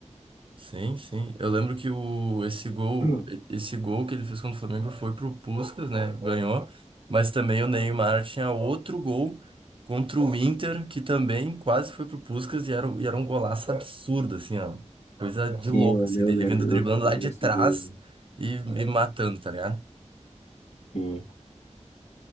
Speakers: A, on the right; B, on the left.
A: Sim, sim. Eu lembro que o, esse gol,
B: <clears throat>
A: esse gol que ele fez contra o Flamengo foi pro Puskás, né? Ganhou. Mas também o Neymar tinha outro gol contra o Inter, que também quase foi pro Puskás e era, um- e era um golaço absurdo, assim, ó. Coisa de
B: Sim,
A: louco,
B: eu,
A: assim,
B: eu
A: dele
B: lembro,
A: vindo driblando
B: eu lembro
A: lá de
B: desse
A: trás
B: gol aí.
A: e, e matando, tá ligado?
B: Sim.